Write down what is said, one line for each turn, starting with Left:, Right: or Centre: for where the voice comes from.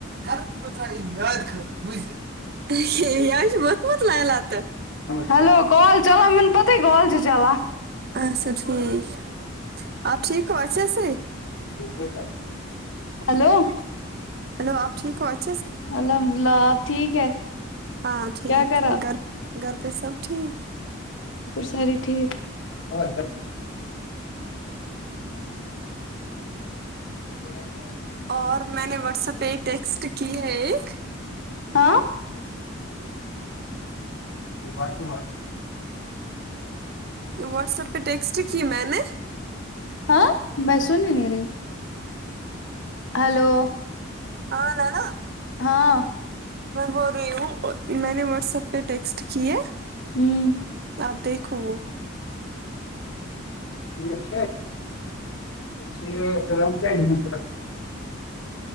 Right: حر پر مد خطر مضر وج بتمت ل ل آتا
Left: ہیلو کال چلان میں نے پت ہی کالی چلان
Right: اچھا ٹھیک ہے آپ ٹھیک ہو اچھے سےے
Left: ٹھیکے سر ہلو
Right: ہلو آپ ٹھیک ہوچ
Left: الحمد للہ آپ ٹھیک ہے
Right: ہاں ٹھیک
Left: کیا کرا
Right: گھر گھر پ سب ٹھیک
Left: س ٹیک اور پ
Right: اور میں نے واٹسپ پہ ایک ٹیکسٹ کی ہے ایک
Left: ہ باقی
Right: واٹسپ پہ ٹیکسٹ کی میں نے
Left: ہاں بسن بھی نہیں رہی ہلو
Right: ہاں لالا
Left: ہاں
Right: میں بول رہی ہوں میں نے واٹس ایپ پہ ٹیکسٹ کی ہے
Left: ہوں
Right: آپ دیکھو
Left: ٹیک سے ہے نمر